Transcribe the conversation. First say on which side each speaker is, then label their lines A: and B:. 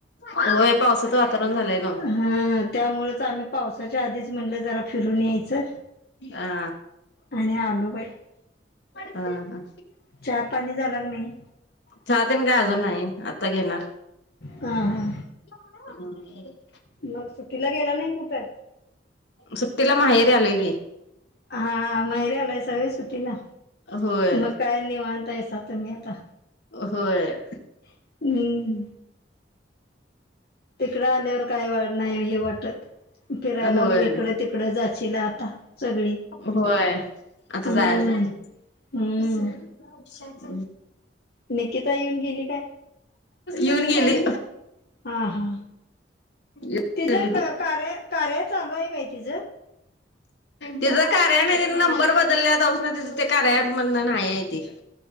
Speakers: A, on the left; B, on the left.
A: व्हय पावसाचं वातावरण झालंय. नव्ह.
B: हा त्यामुळेच आम्ही पावसाच्या आधीच म्हणलं जरा फिरून यायचं.
A: हा.
B: आणि आलो बाई.
A: हा हा.
B: चा पाणी झाला काय नाही?
A: चा तेन काय अजून नाही आत्ता घेणार.
B: हा हा.
A: हा हा.
B: मग सुट्टीला गेला नाही कुठं?
A: सुट्टीला माहेरी आलोय की.
B: हा हा माहेरी आलायसा व्हय सुटीला
A: होय
B: मग काय निवांत हायसा मग तुम्ही आता.
A: होय.
B: हम्म तिकडं आल्यावर काय वाढ नाही हे वाटत, फिरायला
A: होय.
B: मग इकडं तिकडं जाचीला आता. सगळी
A: होय आता
B: हम्म
A: जायच कि.
B: हम्म
A: हम्म...
B: निकिता येऊन गेली काय
A: युन गेली.
B: हा हा..
A: गेली
B: तिचं
A: ती
B: कार्य कार्या चालु हाय काय तिचं.
A: तिज कार्या नाही तिन नंबर बदल्या पासन तिचं ते कार्या मधनं नाही हाय ती.